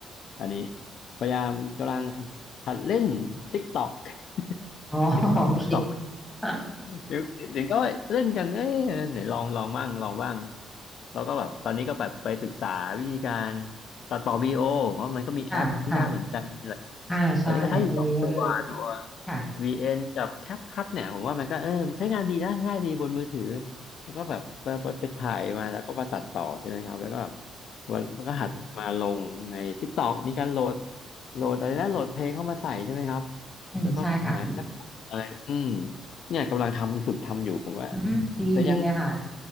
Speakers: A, on the left; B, in the centre.
A: อันนี้พยายามกำลังหัดเล่น TikTok <laughs>
B: อ๋อ <laughs>
A: TikTok
B: โอเค
A: TikTok
B: ค่ะ
A: เดี๋ยวเดี๋ยวก็เล่นกันเอ้ยไหนลองลองบ้างลองบ้างแล้วก็แบบตอนนี้ก็แบบไปศึกษาวิธีการตัดต่อวิดีโอเพราะมันก็มีแอปที่น่าสนใจหลาย
B: ค่ะอ่าใช่มีเยอะเลย
A: ตอนนี้ก็ใช้อยู่สองตัวตัว
B: ค่ะ
A: VN กับแคปคั t เนี่ยผมว่ามันก็เออมันใช้งานดีนะง่ายดีบนมือถือแล้วก็แบบไปไปไปถ่ายมาแล้วก็มาตัดต่อใช่ไหมครับแล้วก็มันมันก็หัดมาลงใน TikTok มีการโหลดโหลดอะไรนะโหลดเพลงเข้ามาใส่ใช่ไหมครับ
B: อืมใช่ค่ะ
A: แล้วก็หาแคปชั่นอะไรอืมเนี่ยกำลังทำฝึกทำอยู่ผมว่า
B: อืมดีดีเลยค่ะ
A: แต่ยัง